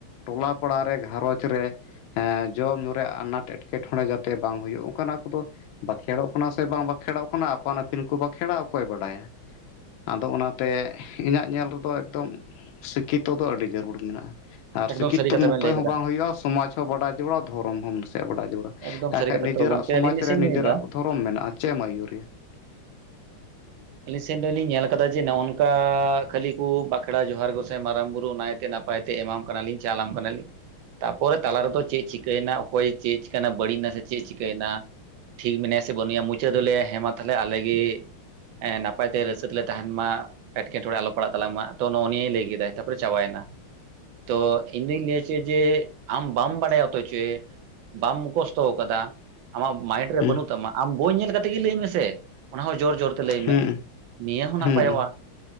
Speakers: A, on the left; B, on the right.
A: ᱴᱚᱞᱟ ᱯᱟᱲᱟ ᱨᱮ ᱜᱷᱟᱸᱨᱚᱸᱡᱽ ᱨᱮ ᱮᱸ ᱡᱚᱢ ᱧᱩ ᱨᱮ ᱟᱱᱟᱴ ᱮᱴᱠᱮᱴᱚᱬᱮ ᱡᱟᱛᱮ ᱵᱟᱝ ᱦᱩᱭᱩᱜ ᱚᱱᱠᱟᱱᱟᱜ ᱠᱚᱫᱚ ᱵᱟᱸᱠᱷᱮᱲᱚᱜ ᱠᱟᱱᱟ ᱥᱮ ᱵᱟᱝ ᱵᱟᱸᱠᱷᱮᱲᱚᱜ ᱠᱟᱱᱟ ᱟᱯᱟᱱ ᱟᱹᱯᱤᱱ ᱠᱚ ᱵᱟᱸᱠᱷᱮᱲᱟ ᱚᱠᱚᱭ ᱵᱟᱰᱟᱭᱟ ᱾ <inaudible> ᱟᱫᱚ ᱚᱱᱟ ᱛᱮ ᱤᱧᱟᱹᱜ ᱧᱮᱞ ᱨᱮᱫᱚ ᱮᱠᱫᱚᱢ ᱥᱤᱠᱠᱷᱤᱛᱚ ᱫᱚ ᱟᱹᱰᱤ ᱡᱟᱹᱨᱩᱲ ᱢᱮᱱᱟᱜ-ᱟ ᱾ ᱟᱨ
B: ᱮᱠᱫᱚᱢ
A: ᱥᱤᱠᱠᱷᱤᱛᱚ
B: ᱥᱟᱹᱨᱤ ᱠᱟᱛᱷᱟ
A: ᱢᱚᱛᱚ
B: ᱵᱮᱱ ᱞᱟᱹᱭ
A: ᱦᱚᱸ
B: ᱠᱟᱫᱟ
A: ᱵᱟᱝ ᱦᱩᱭᱩᱜ-ᱟ ᱥᱚᱢᱟᱡᱽ ᱦᱚᱸ ᱵᱟᱰᱟᱭ ᱡᱟᱨᱩᱲᱟ ᱫᱷᱚᱨᱚᱢ ᱦᱚᱸ ᱱᱟᱥᱮᱭᱟᱜ ᱵᱟᱰᱟᱭ ᱡᱟᱨᱩᱲᱟ
B: ᱮᱠᱫᱚᱢ
A: ᱾ ᱦᱟᱸᱜ
B: ᱥᱟᱹᱨᱤ
A: ᱠᱷᱟᱡ
B: ᱠᱟᱛᱷᱟ
A: ᱱᱤᱡᱮᱨᱟᱜ
B: ᱛᱚ ᱜᱚᱝᱠᱮ
A: ᱥᱚᱢᱟᱡᱽ
B: ᱟᱹᱞᱤᱧ ᱱᱟᱥᱮ
A: ᱨᱮ
B: ᱞᱤᱧ
A: ᱱᱤᱡᱮᱨᱟᱜ
B: ᱞᱟᱹᱭᱫᱟ
A: ᱫᱷᱚᱨᱚᱢ ᱢᱮᱱᱟᱜ-ᱟ ᱪᱮᱫ ᱮᱢ ᱟᱭᱩᱨᱮᱭᱟ ᱾ <inaudible>
B: ᱟᱹᱞᱤᱧ ᱥᱮᱱ ᱨᱮᱞᱤᱧ ᱧᱮᱞ ᱠᱟᱫᱟ ᱡᱮ ᱱᱚᱜ ᱚᱝᱠᱟ ᱠᱷᱟᱹᱞᱤ ᱠᱚ ᱵᱟᱸᱠᱷᱮᱲᱟ ᱡᱚᱦᱟᱨ ᱜᱚᱥᱟᱭ ᱢᱟᱨᱟᱝ ᱵᱩᱨᱩ ᱱᱟᱭᱛᱮ ᱱᱟᱯ ᱱᱟᱯᱟᱭ ᱛᱮ ᱮᱢᱟᱢ ᱠᱟᱱᱟᱞᱤᱧ ᱪᱟᱞᱟᱢ ᱠᱟᱱᱟᱞᱤᱧ ᱛᱟᱯᱚᱨᱮ ᱛᱟᱞᱟ ᱨᱮᱫᱚ ᱪᱮᱫ ᱪᱤᱠᱟᱹᱭᱮᱱᱟ ᱚᱠᱚᱭ ᱪᱮᱫ ᱵᱟᱹᱲᱤᱡ ᱱᱟ ᱥᱮ ᱪᱮᱫ ᱪᱤᱠᱟᱹᱭᱮᱱᱟ ᱴᱷᱤᱠ ᱢᱮᱱᱟᱭᱟ ᱥᱮ ᱵᱟᱹᱱᱩᱭᱟ ᱢᱩᱪᱟᱹᱫ ᱫᱚᱭ ᱞᱟᱹᱭᱟ ᱦᱮᱸ ᱢᱟ ᱛᱟᱦᱚᱞᱮ ᱟᱞᱮᱜᱮ ᱮᱻ ᱱᱟᱯᱟᱭ ᱛᱮ ᱨᱟᱹᱥᱠᱟᱹ ᱛᱮᱞᱮ ᱛᱟᱦᱮᱱ ᱢᱟ᱾ ᱮᱴᱠᱮᱴᱚᱬᱮ ᱟᱞᱚ ᱯᱟᱲᱟᱜ ᱛᱟᱞᱮᱢᱟ ᱛᱚ ᱱᱚᱜ ᱱᱤᱭᱟᱹᱭ ᱞᱟᱹᱭ ᱠᱮᱫᱟᱭ ᱛᱟᱯᱚᱨᱮ ᱪᱟᱵᱟᱭᱮᱱᱟ, ᱛᱚ ᱤᱧ ᱫᱩᱧ ᱞᱟᱹᱭᱟ ᱪᱮ ᱡᱮ ᱟᱢ ᱵᱟᱢ ᱵᱟᱲᱟᱭᱟ ᱚᱛᱚᱪᱮ ᱵᱟᱢ ᱢᱩᱠᱚᱥᱛᱚᱣ ᱠᱟᱫᱟ ᱾ ᱟᱢᱟᱜ ᱢᱟᱭᱤᱱᱰ ᱨᱮ
A: ᱦᱩᱸ
B: ᱵᱟᱹᱱᱩᱜ ᱛᱟᱢᱟ ᱟᱢ ᱵᱳᱭ ᱧᱮᱞ ᱠᱟᱛᱮᱜ ᱜᱮ ᱞᱟᱹᱭ ᱢᱮᱥᱮ ᱚᱱᱟ ᱦᱚᱸ ᱡᱳᱨ ᱡᱳᱨ ᱾ ᱞᱟᱹᱭ ᱢᱮ
A: ᱦᱩᱸ
B: ᱱᱤᱭᱟᱹ ᱦᱚᱸ ᱱᱟᱯᱟᱭᱚᱜ-ᱟ,
A: ᱦᱩᱸ